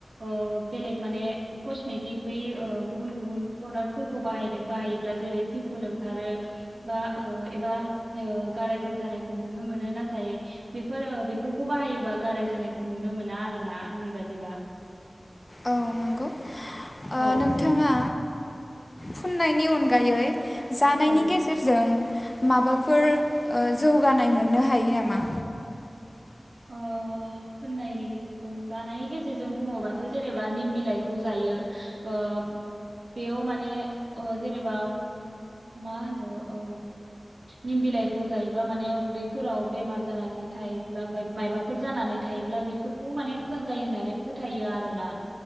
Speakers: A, on the right (about 75°); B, on the left (about 35°).
A: ओ बेलेग माने कस्मेटिक बै गुबुन गुबुन प्रडाक्टफोरखौ बाहाय बाहायोब्ला जेरै पिमपोल ओंखारो बा ओ एबा ओ गारायफोर जानायखौ नुनो मोनो नाथाय बेफोर‌ ओ बेफोरखौ बाहायोबा गाराय जानायखौ नुनो मोना आर ना आंनि बादिबा।
B: औ नंगौ ओ
A: औ
B: नोंथाङा फुननायनि अनगायै जानायनि
A: औ
B: गेजेरजों माबाफोर ओ जौगानाय मोननो हायो नामा
A: ओ होननायनि गेजेरजों जानायनि गेजेरजों बुङोबाथ' जेनेबा निम बिलाइखौ जायो ओ बेयाव माने ओ जेनेबा मा होनो ओ निम बिलाइखौ जायोबा माने उदैफोराव बेमार जानानै थायोब्ला मायबाफोर जानानै थायोब्ला बेफोरखौ माने मोजां जायो होननानै फोथायो आरोना